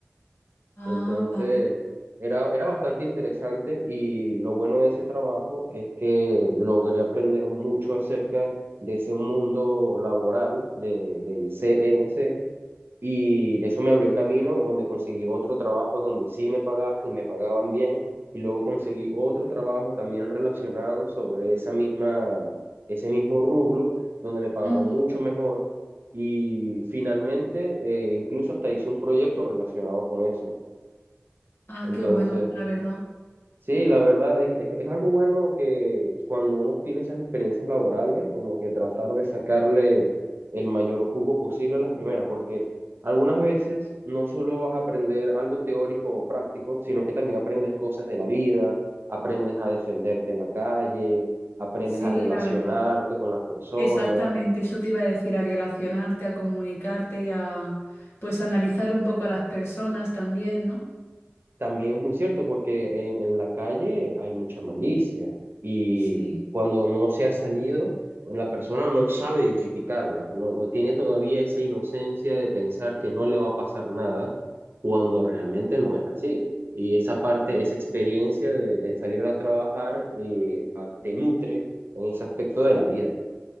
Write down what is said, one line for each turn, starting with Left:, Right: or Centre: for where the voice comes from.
Left: Ah,
Right: Entonces,
Left: vale.
Right: era, era bastante interesante y lo bueno de ese trabajo es que logré aprender mucho acerca de ese mundo laboral de, del C N C y eso me abrió camino donde conseguí otro trabajo donde sí me pagaban y me pagaban bien y luego conseguí otro trabajo también relacionado sobre esa misma, ese mismo rubro donde me pagaron
Left: Ujú.
Right: mucho mejor y finalmente eh, incluso hasta hice un proyecto relacionado con eso.
Left: Ah,
Right: Entonces,
Left: qué bueno, la verdad.
Right: sí, la verdad es, es, es algo bueno que cuando uno tiene esas experiencias laborales, como que tratar de sacarle el mayor jugo posible a las primeras, porque algunas veces no solo vas a aprender algo teórico o práctico, sino que también aprendes cosas de la vida, aprendes a defenderte en la calle, aprendes
Left: Sí,
Right: a relacionarte
Left: la verdad.
Right: con las personas.
Left: Exactamente, eso te iba a decir, a relacionarte, a comunicarte, a pues analizar un poco a las personas también, ¿no?
Right: También es muy cierto porque en, en la calle hay mucha malicia y
Left: Sí,
Right: cuando no se ha salido, la persona no sabe identificarla, no, o tiene todavía esa inocencia de pensar que no le va a pasar nada cuando realmente no es así. Y esa parte,
Left: Mm.
Right: esa experiencia de, de salir a trabajar eh, a- te nutre en ese aspecto de la vida.